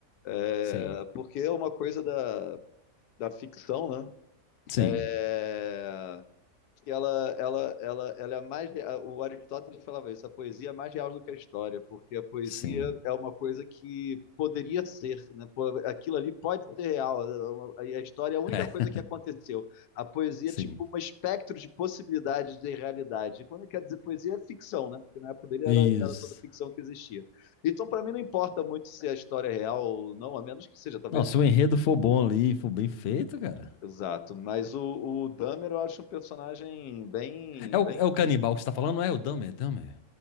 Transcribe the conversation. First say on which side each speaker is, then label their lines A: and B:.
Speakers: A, on the left; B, on the left.
A: É,
B: sim,
A: porque é uma coisa da, da ficção, né?
B: sim,
A: É, que ela, ela, ela, ela é mais. O Aristóteles falava isso, a poesia é mais real do que a história, porque a poesia
B: sim,
A: é uma coisa que poderia ser, né? Pô, Aquilo ali pode ser real, é uma- e a história é a única
B: é,
A: coisa que aconteceu. A poesia
B: sim.
A: é tipo um espectro de possibilidades de realidade. E Quando quer dizer poesia, é ficção, né? Porque na época dele
B: Isso.
A: era, era toda ficção que existia. Então, para mim, não importa muito se a história é real ou não, a menos que seja talvez
B: Não, se o enredo for bom ali, for bem feito, cara.
A: exato. Mas o, o Dahmer eu acho um personagem bem,
B: É o,
A: bem
B: é o canibal que você tá falando, não é? O Dahmer, Dahmer.